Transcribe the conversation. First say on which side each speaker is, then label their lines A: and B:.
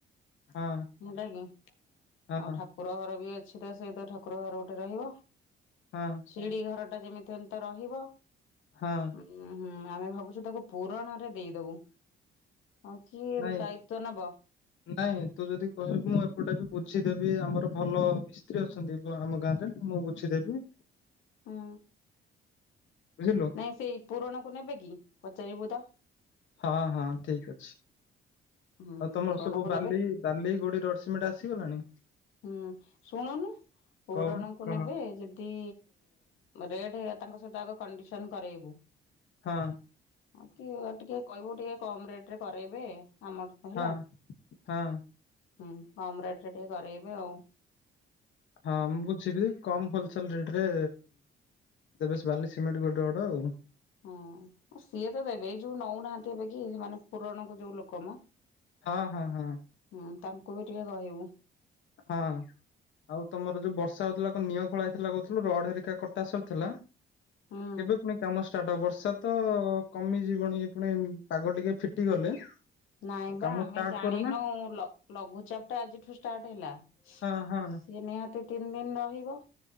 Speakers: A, on the left (about 70°); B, on the left (about 90°).
A: ହଁ।
B: ହେଲା କି ଆଉ
A: ହଁ
B: ଠାକୁର ଘର ବି ଅଛି ତ ସେଇତ ଠାକୁର ଘର ଗୋଟେ ରହିବ।
A: ହଁ।
B: ଶିଡ଼ିଘରଟା ଯେମିତି ହେଲେ ତ ରହିବ।
A: ହଁ।
B: ଉ ହୁଁ ଆମେ ଭାବୁଚୁ ତାକୁ ପୁରଣରେ ଦେଇଦବୁ। ଆଉ କିଏ
A: ନାଇଁ
B: ଦାୟିତ୍ଵ ନବ?
A: ନାଇଁ ତୁ ଯଦି କହିବୁ ମୁଁ ଏପଟେ ବି ବୁଝିଦେବି ଆମର ଭଲ ମିସ୍ତ୍ରୀ ଅଛନ୍ତି ବ ଆମ ଗାଁରେ ମୁଁ ବୁଝିଦେବି।
B: ହୁଁ।
A: ବୁଝିଲୁ।
B: ନାଇଁ ସେଇ ପୁରଣକୁ ନେବେ କି ପଚାରିବୁ ତ।
A: ହଁ ହଁ ଠିକ୍ ଅଛି।
B: ହୁଁ
A: ଆଉ ତମର
B: ପୁରଣକୁ
A: ସବୁ ବାଲି
B: ନେବେ।
A: ବାଲି ଗୋଡ଼ି ରଡ଼ ସିମେଣ୍ଟ ଆସିଗଲାଣି?
B: ହୁଁ ଶୁଣୁନୁ ପୋରଣକୁ
A: କହୁନୁ କହ
B: ନେବେ ଯେ ତି ରେଟ୍ ତାଙ୍କ ସହିତ ଆଗ କଣ୍ଡିସନ୍ କରେଇବୁ।
A: ହଁ।
B: ଆଉ ଟିକେ ଟିକେ କହିବୁ ଟିକେ କମ ରେଟ୍ ରେ କରେଇବେ ଆମର। ହେଲା
A: ହଁ
B: ହୁଁ
A: ହଁ
B: କମ୍ ରେଟେରେ ଟିକେ କରେଇବେ ଆଉ।
A: ହଁ ମୁଁ ବୁଝିବି କମ୍ ହୋଲସେଲ୍ ରେଟ୍ ରେ ତେ ବେଶ୍ ବାଲି ସିମେଣ୍ଟ ଗୋଟେ ଗୋଡ଼ ଆଉ।
B: ହଁ ସିଏତ ଦେବେ ଏଇ ଯୋଉ ନଉନାହାନ୍ତି ଏବେ କି ମାନେ ପୁରଣକ ଯୋଉ ଲୋକମୋ
A: ହଁ ହଁ ହଁ।
B: ହୁଁ ତାଙ୍କୁ ବି ଟିକେ କହିବୁ।
A: ହଁ। ଆଉ ତମର ଯୋଉ ବର୍ଷା ହଉଥିଲା ନିଅଁ ଖଳାଇଥିଲା କହୁଉଥିଲୁ ରଡ଼ ହେରିକା କଟାସରି ଥିଲା
B: ହୁଁ
A: କେବେ ପୁଣି କାମ ଷ୍ଟାର୍ଟ ହବ ବର୍ଷାତ ତ କମିଯିବଣି ପୁଣି ପାଗ ଟିକେ ଫିଟିଗଲେ।
B: ନାଇଁ
A: ଆଉ
B: ବା
A: କାମ
B: ଆମେ
A: ଷ୍ଟାର୍ଟ
B: ଜାଣିନୁ
A: କରୁନା
B: ଲଘୁ ଲଘୁଚାପଟା ଆଜିଠୁ ଷ୍ଟାର୍ଟ ହେଲା। ସିଏ
A: ହଁ ହଁ
B: ନିହାତି ତିନି ଦିନି ରହିବ।